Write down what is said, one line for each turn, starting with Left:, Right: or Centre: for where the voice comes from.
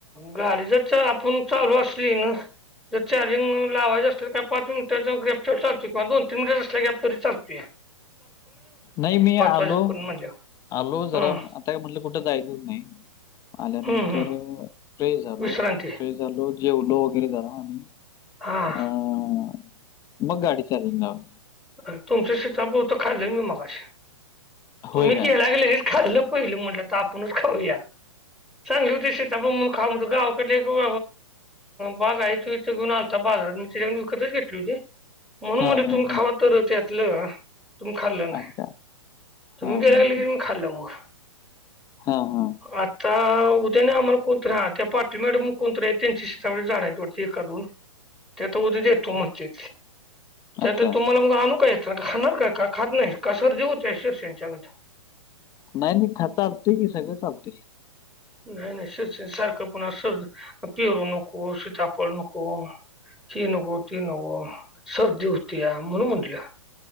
Centre: गाडी जर आपण चालू असली ना. जर चार्जिंग लावायच असल काय पाच मिनटचा ग्रॅपच ल किवा दोन तनट असल्या गॅप तरी चालत आहे.
Left: नाही मी आलो
Centre: वाजेपर्यंत म्हणल्यावर
Left: आलो जरा
Centre: हां
Left: आता काय म्हणलं कुठं जायचच नाही. आल्यानंतर
Centre: हं हं
Left: फ्रेश झालो
Centre: विश्रांती
Left: फ्रेश झालो जेवलो वगैरे जरा आणि.
Centre: हा.
Left: अं, मग गाडी चार्जिंग ला लावली.
Centre: अर तुमच शिताफळ हुतं खाल्लंय मी मगशी.
Left: होय
Centre: तुम्ही
Left: काय
Centre: गेला की लगेच खाल्लं पहिलं म्हटलं तर आपणच खाऊया. चांगंली होती ते सिताफळ मून खाऊमत गावकले ग बाग आहे तू इथं घेऊन आलता बाजारात मी त्याच्याकडे विकतच घेतली होती. म्हणून
Left: हा
Centre: मरे
Left: हा
Centre: तुम्ही
Left: हा
Centre: खावा तरच यातलं तुम्ही खाल्लं नाही.
Left: अच्छा.
Centre: तुम्ही
Left: हां,
Centre: ग केला
Left: हां,
Centre: गेले क मी खाल्ल मग.
Left: हां हां.
Centre: आता उद्या नाही आम्हाला कोणत हा त्या पाटील मॅडम मग कोणतरी आहे त्यांची शिताफळची झाडं वाटते एका दोन.
Left: ह
Centre: ते तर उद्या देतो मनते त्या
Left: अच्छा.
Centre: तर तुम्हाला मग आणू का? येत खाणार काय का खात नाही, का सर्दी हुत्या शेरस यांच्या गत
Left: नाही नाही खात चालतय की सगळं चालतय.
Centre: नाही नाही असच सारखं पण, असच पेरू नको सीताफळ नको. ही नको ती नको सर्दी हुत्या, म्हणून म्हणलं.